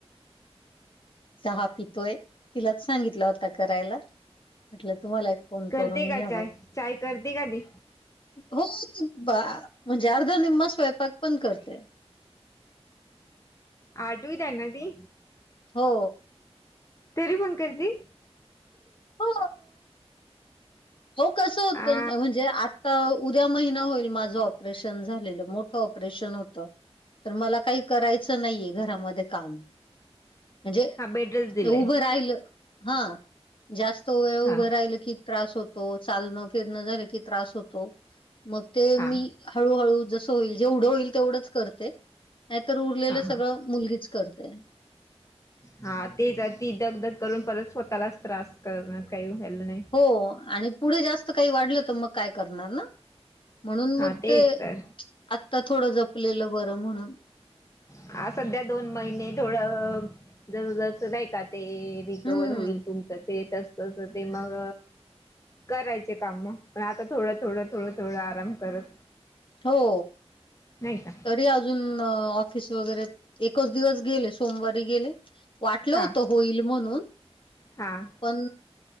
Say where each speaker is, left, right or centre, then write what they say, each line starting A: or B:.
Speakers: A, on the left (about 50°); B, on the left (about 30°).
A: चहा पितोय तिलाच सांगितला होता करायला म्हटलं तुम्हाला फोन
B: करते
A: करून घ्यावा.
B: का चाय चाय करते का ती?
A: हो ते म्हणजे अर्ध निम्म स्वयंपाक पण करते.
B: आठवीत आहे ना ती.
A: हो.
B: तरी पण करती?
A: हो हो कस होतं
B: हा
A: म्हणजे आता उद्या महिना होईल माझं ऑपरेशन झालेलं मोठं ऑपरेशन होतं. तर मला काही करायचं नाहीये घरामध्ये काम. म्हणजे
B: हा बेडच दिलंय
A: उभं राहिलं हा. जास्त वेळ उभं
B: हा
A: राहिल की त्रास होतो चालणं फिरणं झालं की त्रास होतो. मग ते
B: हा
A: मी हळूहळू जसं होईल जेवढं होईल तेवढंच करते. नाहीतर उरलेलं
B: हा
A: सगळं
B: हा
A: मुलगीच करतेय.
B: हा तेच ती धगधग करून परत स्वतःलाच त्रास करणार काही व्हाल नाही.
A: हो आणि पुढे जास्त काही वाढलं तर मग काय करणार ना. म्हणून
B: हा
A: मग
B: तेच
A: ते
B: तर
A: आत्ता थोडं जपलेलं बरं म्हणून.
B: हा सध्या दोन महिने थोडं <inaudible> ते रिकवर
A: हम्म.
B: होईल तुमचं ते तस तसं ते मग. करायचे काम मग पण आता थोडं थोडं थोडं थोडं आराम करत.
A: हो.
B: नाहीय का?
A: तरी अजून ऑफिस वगैरे एकच दिवस गेले सोमवारी गेले. वाटलं
B: हा
A: होत होईल म्हणून
B: हा
A: पण